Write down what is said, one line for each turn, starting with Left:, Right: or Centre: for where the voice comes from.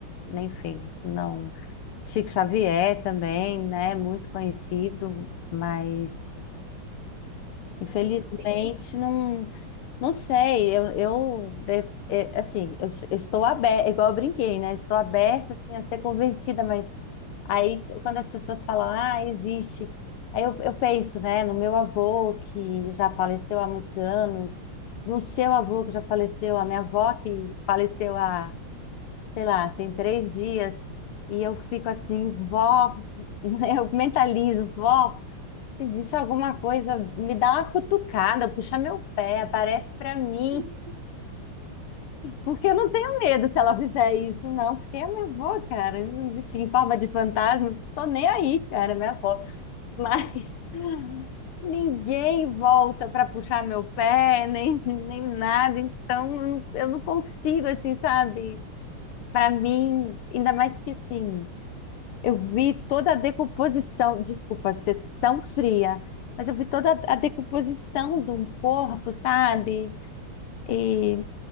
Left: nem, enfim, não. Chico Xavier também, né? Muito conhecido, mas Infelizmente,
Right: Hum, entendi.
Left: não, não sei. Eu, eu de- é, assim, eu, s- eu estou aberta, igual eu brinquei, né? Estou aberta assim, a ser convencida, mas aí quando as pessoas falam, ah, existe, aí eu, eu penso, né, no meu avô, que já faleceu há muitos anos, no seu avô, que já faleceu, a minha avó, que faleceu há, sei lá, tem três dias, e eu fico assim, vó, <laughs> eu mentalizo, vó. Se existe alguma coisa, me dá uma cutucada, puxa meu pé, aparece pra mim,
Right: <laughs>
Left: porque eu não tenho medo se ela fizer isso, não, porque é minha avó, cara, enfim, em forma de fantasma, não tô nem aí, cara, é minha avó, mas <laughs> ninguém volta pra puxar meu pé, nem, nem nada, então eu não eu não consigo, assim, sabe, Pra mim, ainda mais que, assim, Eu vi toda a decomposição, desculpa ser tão fria, mas eu vi toda
Right: Sim.
Left: a decomposição de um corpo, sabe? E